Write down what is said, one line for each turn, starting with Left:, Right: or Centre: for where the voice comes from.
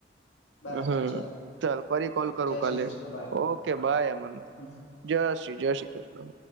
Left: બાય
Right: હમ
Left: બાય ચાલ
Right: ચાલ ફરી કોલ
Left: ચાલ
Right: કરું
Left: જય
Right: કાલે
Left: શ્રી Krishna bye
Right: okay bye. Aman
Left: હમ
Right: જય શ્રી જય શ્રી કૃષ્ણ